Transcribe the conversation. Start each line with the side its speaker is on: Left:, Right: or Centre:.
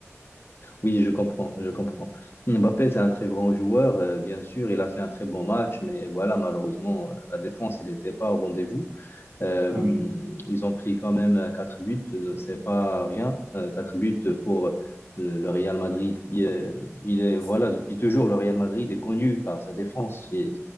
Left: oui, je comprends, je comprends. Mbappé, c'est un très grand joueur, euh, bien sûr, il a fait un très bon match, mais voilà, malheureusement, euh, la défense, elle n'était pas au rendez-vous. Euh,
Right: Ah oui,
Left: ils ont pris quand même euh, 4 buts, euh, c'est pas rien. Euh, 4 buts pour le, le Real Madrid qui est, il est, voilà,
Right: c'est
Left: depuis toujours, le Real Madrid est connu par sa défense, et